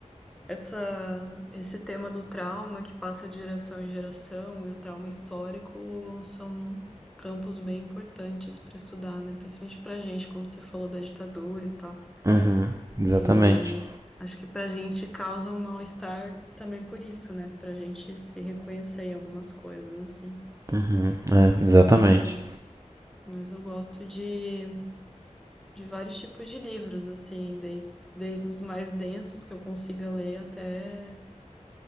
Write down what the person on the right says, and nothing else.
Uhum, exatamente.
Uhum, é, exatamente.